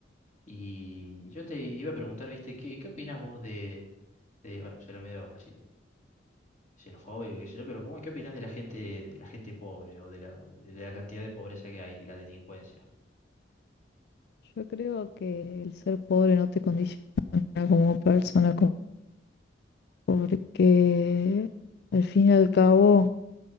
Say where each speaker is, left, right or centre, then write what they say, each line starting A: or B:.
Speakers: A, on the left; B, on the left.
A: Y yo te iba a preguntar, ¿viste? ¿Qué, qué opinas vos de, de, bueno, será medio así como xenofóbico, qué sé yo, pero ¿cómo, qué opinas de la gente, de la gente pobre o de la, de la cantidad de pobreza que hay y la delincuencia?
B: yo creo que el ser pobre no te condiciona como persona, como- porque al fin y al cabo